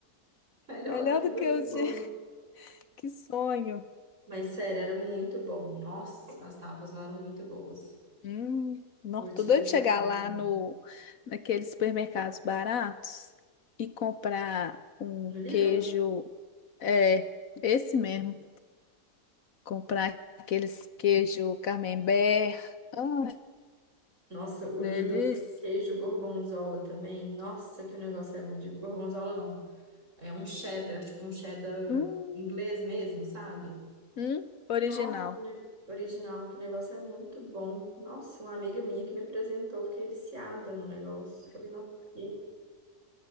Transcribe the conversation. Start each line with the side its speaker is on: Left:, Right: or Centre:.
Right: <laughs> Melhor
Left: Melhor
Right: do que
Left: do
Right: em Barcelona.
Left: que eu de... <laughs> que sonho.
Right: Mas sério, era muito bom. Nossa, as tapas lá eram muito boas.
Left: Hum, não,
Right: Vou
Left: tô
Right: te
Left: doido
Right: indicar
Left: de chegar lá
Right: também.
Left: no naqueles supermercados baratos e comprar um
Right: No Lidl?
Left: queijo, é, esse mesmo, comprar aqueles queijo Camembert. Ah,
Right: Nossa, o
Left: delícia
Right: Lidl tem um queijo gorgonzola também. Nossa, que o negócio é bom de gorgonzola, não. É um cheddar, tipo um cheddar
Left: Hum,
Right: inglês mesmo, sabe?
Left: hum, original.
Right: Nossa, que ne- original, que o negócio é muito bom. Nossa, uma amiga minha que me apresentou, fiquei viciada no negócio. Falei, não, que,